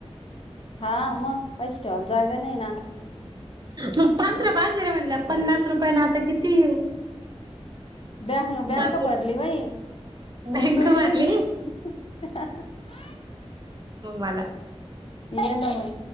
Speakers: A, on the left; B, on the right.
A: हा मग पैस ठेवाला जागा नाही ना.
B: मग पंधरा बाज र म्हणलं पन्नास रुपया ना आता किती
A: ब बँक
B: भरपूर
A: बरली होई.
B: बँक
A: उतुय
B: भरली
A: राईली काय?
B: आला.
A: ये ना म